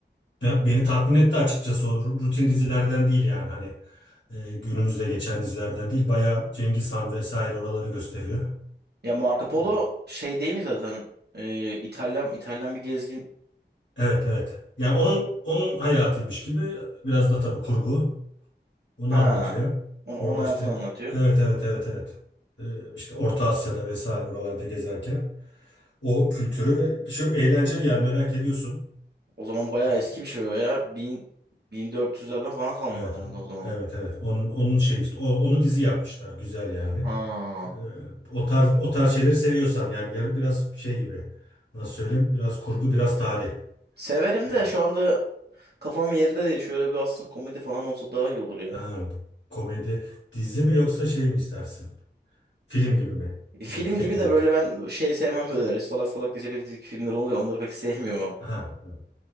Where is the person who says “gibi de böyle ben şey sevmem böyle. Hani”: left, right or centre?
Right